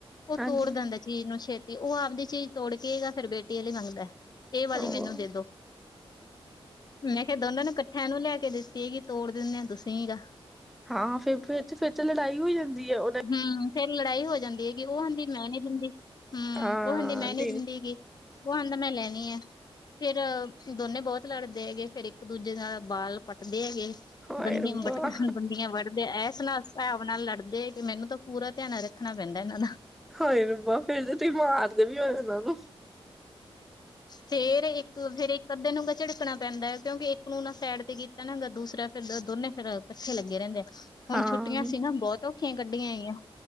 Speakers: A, on the left; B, in the centre.
A: ਉਹ
B: ਹਾਂਜੀ
A: ਤੋੜ ਦਿੰਦਾ। ਚੀਜ਼ ਨੂੰ ਛੇਤੀ ਉਹ ਆਪਦੀ ਚੀਜ਼ ਤੋੜ ਕੇਗਾ ਫਿਰ ਬੇਟੀ ਵਾਲ ਲਈ ਮੰਗਦਾ। ਇਹ ਵਾਲੀ
B: ਹੋਰ
A: ਮੈਨੂੰ ਦੇ ਦੋ ਮੈਂ ਕਿਹਾ ਦੋਨਾਂ ਨੂੰ ਕੱ ਠਿਆਂ ਨੂੰ ਲੈ ਕੇ ਦਿੱਤੀ ਗੀ ਤੋੜ ਦਿੰਨ ਆ ਤੁਸੀਂ ਗਾ।
B: ਹਾਂ ਫਿਰ ਫ ਤੇ ਫੇਰ ਤੇ ਲੜਾਈ ਹੋ ਜਾਂਦੀ ਹੈ ਉਹਨਾਂ
A: ਹਮ ਫੇਰ ਲੜਾਈ ਹੋ ਜਾਂਦੀ ਹੈਗੀ ਉਹਹਿੰਦੀ ਮੈਂ ਨੀ ਦਿੰਦੀ ਹਮ
B: ਹਾਂ
A: ਉਹ ਹਿੰਦੀ ਮੈਂ ਨੀ
B: ਦੇ
A: ਦਿੰਦੀ ਹੈਗੀ। ਉਹ ਹੰਦਾ ਮੈਂ ਲੈਣੀ ਆ ਫੇਰ ਦੋਨੇ ਬਹੁਤ ਲੜਦੇ ਹੈਗੇ ਫੇਰ ਇੱਕ ਦੂਜੇ ਨਾਲ ਬਾਲ ਪੱਟਦੇ ਹੈਗੇ
B: ਹਾਏ
A: ਦੰਦੀ
B: ਰੱਬਾ
A: ਵਟ ਬੰਦੀਆਂ ਵੱਢਦੇ ਐ ਸੁਣਾ। ਭਾਵ ਨਾਲ ਲੜਦੇ ਕਿ ਮੈਨੂੰ ਤਾਂ ਪੂਰਾ ਧਿਆਨ ਰੱਖਣਾ ਪੈਂਦਾ ਇਹਨਾਂ ਦਾ
B: ਹੋਏ ਰਬਾ ਫੇਰ ਜ ਤੁਸੀਂ ਮਾਰਦੇ ਵੀ ਹੋਏ ਉਹਨਾਂ ਨੂੰ।
A: ਫੇਰ ਇੱਕ ਫੇਰ ਇੱਕ ਅੱਧੇ ਨੂੰ ਝਿੜਕਣਾ ਪੈਂਦਾ ਹੈ ਕਿਉਂਕਿ ਇੱਕ ਨੂੰ ਨਾ ਸੈਡ ਤੇ ਪਹਿਣਾਗਾ ਦੂਸਰਾ ਫਿਰ ਦੋਨੇ ਫੇਿਰ ਇਕੱਠੇ ਲੱਗੇ ਰਹਿੰਦੇ ਆ। ਹੁਣ
B: ਹਾਂ
A: ਛੁੱਟੀਆਂ
B: ਨਹੀਂ
A: ਸੀ ਨਾ ਬਹੁਤ ਔਖੀਆਂ ਕੱਢੀਆਂ ਆਈਆਂ।